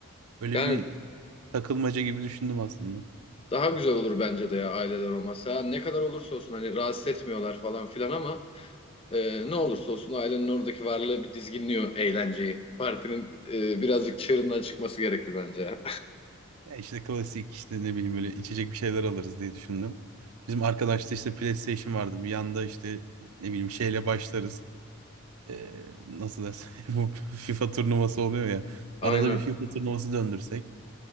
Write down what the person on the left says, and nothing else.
Yani
Daha güzel olur bence de ya aileler olmazsa. Ya ne kadar olursa olsun hani rahatsız etmiyorlar falan filan ama e, ne olursa olsun ailenin oradaki varlığı bir dizginliyor eğlenceyi. Partinin e, birazcık çığırından çıkması gerekir bence ya.
<laughs> Aynen.